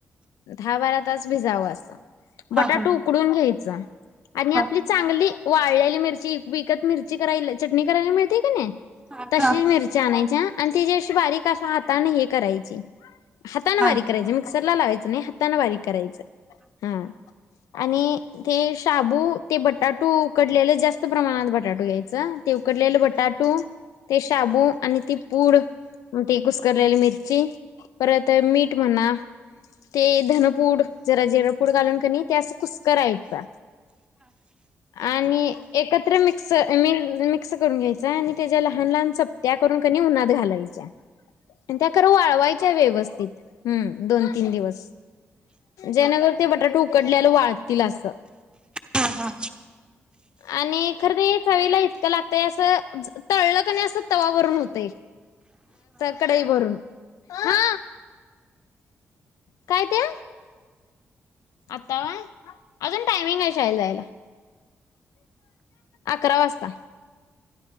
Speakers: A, on the left; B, on the right.
A: दहा बारा तास भिजावं असं बटाटा
B: हा हा
A: उकडून घ्यायच आणि
B: हा
A: आपली
B: हा
A: चांगली वाळलेली मिरची विकत मिरची करायला चटणी करायला मिळते का नाही
B: हा
A: तशी
B: हा हा
A: मिरच्या आणायच्या आणि ती जी अशी बारीक अस हाताने हे करायची हाताानं
B: हा
A: बारीक करायच मिक्सरला लावायचं नाही हातानें बारीक करायचं हा आणि ते शाबू ते बटाटू उकडलेलं जास्त प्रमाणात बटाटो घ्यायच ते उकडलेल बटाटू ते शाबू आणि ती पूड ती कुसकरलेली मिरची परत मीठ म्हणा ते धनपूड जरा जिरापूड घालून कनी त्यास कुस्करायचा आणि एकत्र मी मिकस मिक्स करून घ्यायचा आणि त्याच्या लहान लहान चपत्या करून कनी उन्हात घालायच्या त्या खरं वाळवायच्या व्यवस्थित हम्म दोन तीन दिवस जयनगर ते बटाटु आपल्या वाळतील अस
B: हा
A: आणि खरं तर चवीला इतकं लागतंय असं तळलं का नाही असं तवावरून होते कडेही भरून हा काय त्या आता अजून टायमिंग आहे शायल जायला अकरा वाजता